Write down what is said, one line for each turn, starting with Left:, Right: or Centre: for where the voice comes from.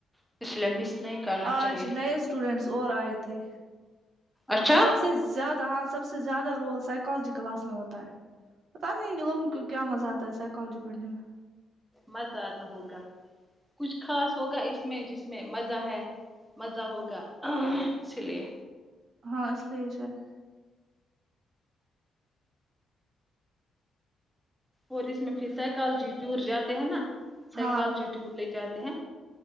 Centre: <unintelligible>
Right: آج
Centre: چاہیے
Right: نئے اسٹوڈینٹس اور آئے تھے
Centre: اچھا
Right: سب سے زیادہ ہاں سب سے زیادہ رول سائیکالوجی کلاس میں ہوتا ہے پت نہیں ہے کہ لوگوں کو کیا مزہ آتا سائیکالوجی پڑنے میں
Centre: مزہ آتا ہوگا کچھ خاص ہوگا اس میں جس میں مزہ ہے مزہ ہوگا اسی لیے
Right: ہاں اس لیے شاحید
Centre: اور اس میں پھر سائیکالوجی ٹور جاتے ہیں نا سائیکالوجی
Right: ہاں
Centre: ٹور لے جاتے ہیں